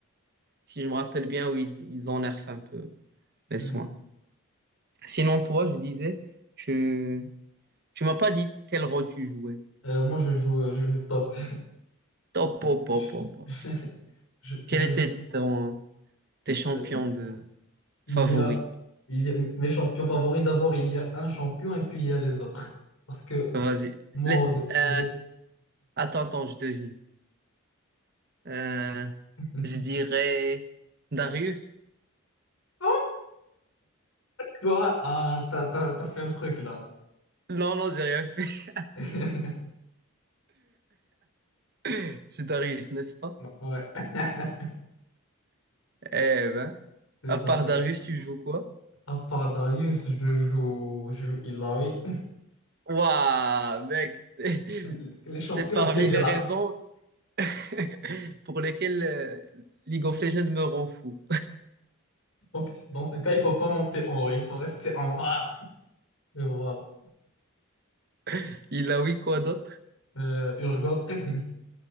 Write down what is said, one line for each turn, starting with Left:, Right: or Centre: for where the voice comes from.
Right: Si je me rappelle bien, oui, ils, ils énervent un peu les
Left: mhm.
Right: soins. Sinon, toi, je disais, tu, tu m'as pas dit quel rôle tu jouais.
Left: Euh, moi, je joue, euh, je joue top.
Right: Top, pop, pop,
Left: <laughs>
Right: pop, pop.
Left: Je, je je
Right: Quel était
Left: joue.
Right: ton, tes champions
Left: euh,
Right: de
Left: il
Right: favoris?
Left: y a, il y a mes champions favoris. D'abord, il y a un champion et puis il y a les autres. Parce que
Right: Bah, Vas-y.
Left: moi,
Right: Les-
Left: au, dé-
Right: euh,
Left: au dé-
Right: attends, attends, je devine. Euh,
Left: <laughs>
Right: je dirais Darius.
Left: Oh, Toi, ah, t'as, t'as- t'as fait un truc là.
Right: Non, non, j'ai rien fait.
Left: <laughs>
Right: <laughs> C'est Darius, n'est-ce pas?
Left: Ouais. <laughs>
Right: Eh ben,
Left: C'est
Right: à
Left: barré.
Right: part Darius, tu joues quoi?
Left: À part Darius, je joue, je joue Ilaoi.
Right: Waouh, mec, <laughs>
Left: <laughs> Les champions
Right: c'est parmi
Left: dégueulasses.
Right: les raisons <laughs> pour lesquels euh, League of Legends me rend fou.
Left: Donc, dans ce cas, il faut pas monter en haut, il faut rester en bas. Et voilà.
Right: <laughs> Il a oui quoi d'autre?
Left: Euh, Urgot. <laughs>